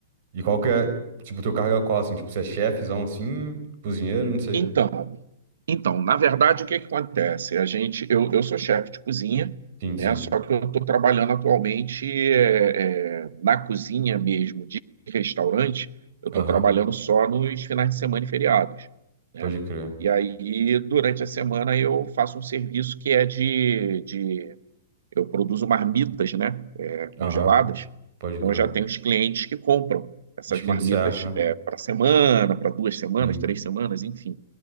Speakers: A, on the right; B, on the right.
A: E qual que é, tipo, teu cargo é qual, assim? Tipo, você é chefezão, assim, cozinheiro, não sei.
B: Então, Então, na verdade, o que que acontece? A gente, eu, eu sou chefe de cozinha,
A: Sim,
B: né?
A: sim.
B: Só que eu estou trabalhando atualmente é, é, na cozinha mesmo de restaurante. Eu estou
A: Aham,
B: trabalhando só nos finais de semana e feriados, né?
A: pode crer.
B: E aí, durante a semana, eu faço um serviço que é de, de eu produzo marmitas, né? é, congeladas.
A: Aham, pode
B: Então,
A: crer.
B: eu já tenho os clientes que compram essas
A: Descrente
B: marmitas
A: certo, né?
B: é, para semana, para duas semanas,
A: Sim.
B: três semanas, enfim.